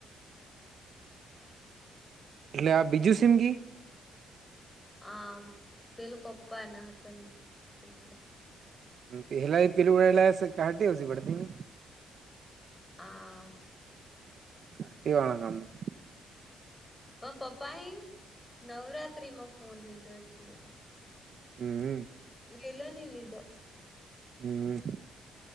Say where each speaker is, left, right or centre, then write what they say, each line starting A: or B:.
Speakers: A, on the right; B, on the left.
A: એટલે આ બીજું સીમગી?
B: આ પેલું પપ્પા એના હતા એટલે.
A: પહેલા પેલું વળલા કાટી આવશે પડતી ને.
B: આ
A: કટીવાળગામ <unintelligible>
B: હ પપ્પાએ, નવરાત્રીમાં ફોન લીધો એટલે.
A: હમ.
B: ગેલાની લીધો.
A: હમ,